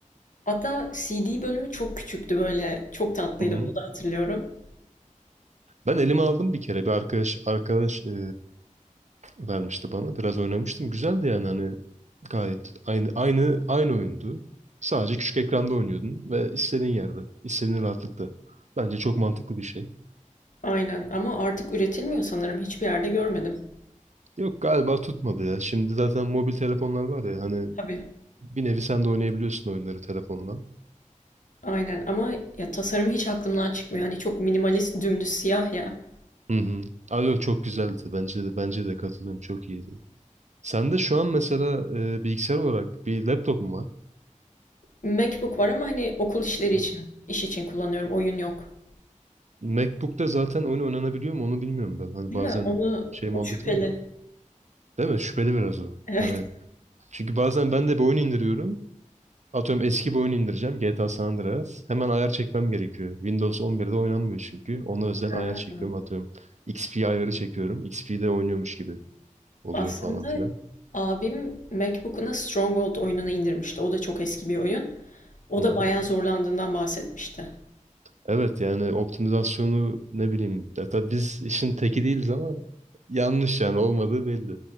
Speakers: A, on the left; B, on the right.
A: Hatta CD bölümü çok küçüktü böyle. Çok tatlıydı
B: Hı hı.
A: onu da hatırlıyorum.
B: Ben elime aldım bir kere. Bir arkadaş arkadaş eee, vermişti bana. Biraz oynamıştım. Güzeldi yani hani gayet aynı aynı aynı oyundu. Sadece küçük ekranda oynuyordun ve istediğin yerde, istediğin rahatlıkta. Bence çok mantıklı bir şey.
A: Aynen ama artık üretilmiyor sanırım. Hiçbir yerde görmedim.
B: Yok galiba tutmadı ya. Şimdi zaten mobil telefonlar var ya hani
A: Tabii.
B: bir nevi sen de oynayabiliyorsun oyunları telefondan.
A: Aynen ama ya tasarım hiç aklımdan çıkmıyor. Hani çok minimalist, dümdüz siyah ya.
B: Hı hı. Aa, yok çok güzeldi. Bence de, bence de katılıyorum. Çok iyiydi. Sen de şu an mesela eee, bilgisayar olarak bir laptop mu
A: MacBook var ama hani okul işleri
B: var?
A: için, iş için kullanıyorum. Oyun yok.
B: MacBook'ta zaten oyun oynanabiliyor mu onu bilmiyorum ben. Hani
A: Değil
B: bazen
A: mi? Onu
B: şey
A: o
B: muhabbeti
A: şüpheli.
B: var ya. Değil mi? Şüpheli biraz o.
A: Evet.
B: Hani çünkü bazen ben de bir oyun indiriyorum. Atıyorum eski bir oyun indireceğim. GTA San Andreas. Hemen ayar çekmem gerekiyor. Windows 11'de oynanmıyor çünkü. Ona özel
A: Ha.
B: ayar çekiyorum. Atıyorum XP ayarı çekiyorum. XP'de oynuyormuş gibi oluyor
A: Aslında
B: falan filan.
A: abim MacBook'una Stronghold oyununu indirmişti. O da çok eski bir oyun. O
B: Hı hı.
A: da bayağı zorlandığından bahsetmişti.
B: Evet yani optimizasyonu ne bileyim. Ya tabii biz işin teki değiliz ama yanlış yani olmadığı belli.